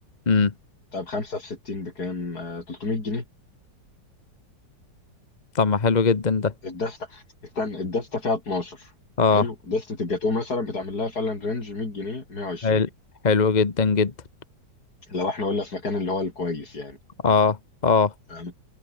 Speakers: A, on the left; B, on the left.
A: امم
B: طب 5 في 60 بكام آه، 300 جنيه
A: طب ما حلو جدا ده
B: الدستة استنى الدستة فيها 12
A: اه
B: حلو دستة الجاتوه مثلا بتعمل لها فعلا رينج 100 جنيه 120
A: حلو حلو جدا جدا
B: لو احنا قلنا في مكان اللي هو الكويس يعني
A: اه اه
B: فاهم؟